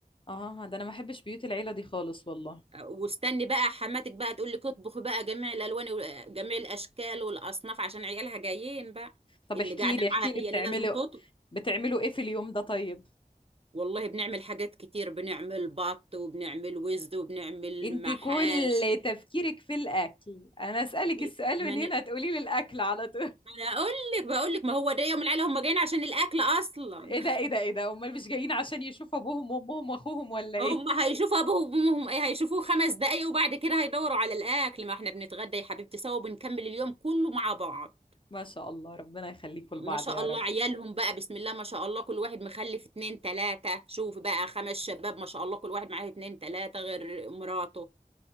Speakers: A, on the left (about 35°); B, on the right (about 40°).
A: آه ده أنا ما بحبش بيوت العيلة دي خالص والله
B: أه، واستني بقى حماتك بقى تقول لك اطبخي بقى جميع الالوان وجميع الاشكال والاصناف عشان عيالها جايين بقى
A: طب
B: اللي
A: احكي
B: قاعده
A: لي احكي
B: معاها
A: لي
B: هي
A: بتعملوا
B: اللي لازم تطبخ
A: بتعملوا إيه في اليوم ده طيب
B: والله بنعمل حاجات كتير بنعمل بط وبنعمل وزد وبنعمل
A: انت
B: محاشي
A: كل تفكيرك في الأكل أنا أسألك
B: بي-
A: السؤال
B: ما
A: من
B: ن-
A: هنا تقولي لي الأكل على طول <laughs>
B: ما انا اقول لك بقول لك ما هو ده يوم العيله هم جايين عشان الاكل اصلا
A: إيه ده إيه ده إيه ده أمال مش جايين عشان يشوفوا أبوهم وأمهم وأخوهم ولا إيه
B: هم هيشوفوا ابوهم وامهم ايه هيشوفوه خمس دقايق وبعد كده هيدوروا على الاكل ما احنا بنتغدى يا حبيبتي سوا وبنكمل اليوم كله مع بعض
A: ما شاء الله ربنا يخليكم لبعض
B: ما شاء
A: يا
B: الله
A: رب
B: عيالهم بقى بسم الله ما شاء الله كل واحد مخلف اتنين تلاتة شوف بقى خمس شباب ما شاء الله كل واحد معاه اتنين تلاتة غير مراته